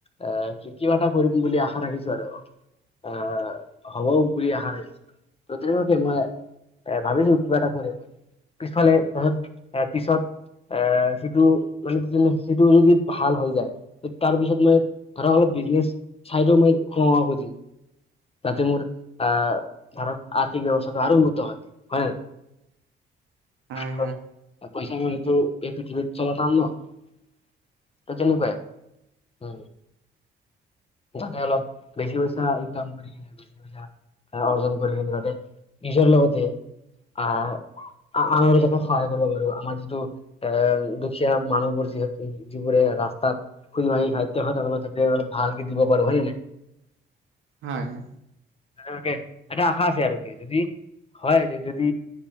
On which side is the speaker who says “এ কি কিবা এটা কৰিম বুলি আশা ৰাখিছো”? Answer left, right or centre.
Left